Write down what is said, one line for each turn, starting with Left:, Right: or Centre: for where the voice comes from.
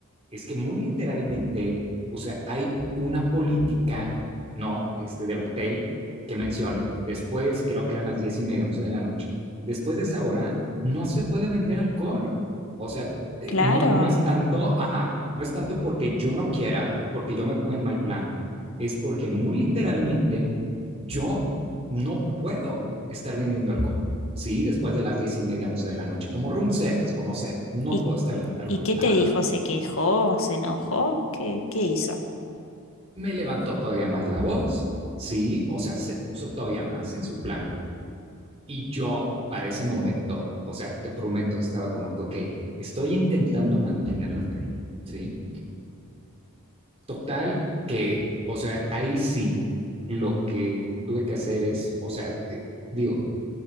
Right: es que muy literalmente, o sea, hay una política, ¿no? Este del hotel que menciona, después creo que eran las diez y media, once de la noche, después de esa hora no se puede vender alcohol, o sea, eh,
Left: Claro.
Right: no, no es tanto, ajá, no es tanto porque yo no quiera o porque yo me ponga en mal plan, es porque muy literalmente yo no puedo estar vendiendo alcohol. Sí, después de las diez y media, once de la noche, como room service, como sea, no
Left: ¿Y,
Right: puedo estar vendiendo alcohol.
Left: y qué
Right: Ajá.
Left: te dijo? ¿Se quejó? ¿Se enojó? ¿Qué, qué hizo?
Right: Me levantó todavía más la voz, sí, o sea, se puso todavía más en su plan. Y yo, para ese momento, o sea, te prometo, estaba como que, ok, estoy intentando mantener la calma, sí. Total, que, o sea, ahí sí, lo que tuve que hacer es, o sea, eh, digo,